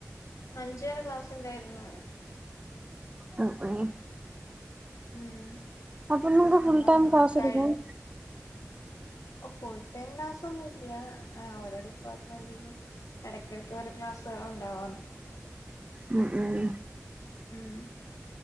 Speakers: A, on the left (about 85°); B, on the right (about 20°).
A: അഞ്ചവരെ ക്ലാസ് ഉണ്ടായിരുന്നു
B: ഉം ഉം
A: ഉം
B: അപ്പൊ നിങ്ങക്ക് ഫുൾ
A: അതാണ്
B: ടൈം ക്ലാസ്
A: കഴും
B: എടുക്കും
A: ഫുൾ ടൈം ക്ലാസ് ഒന്നും ഇല്ല്യ ഓരോ ഡിപ്പാർട്ട്മെന്റിലും ഇടയ്ക്കിടയ്ക്ക് ഓരോ ക്ലാസാള ഉണ്ടാവാന്ന്
B: ഉം ഉം
A: ഉം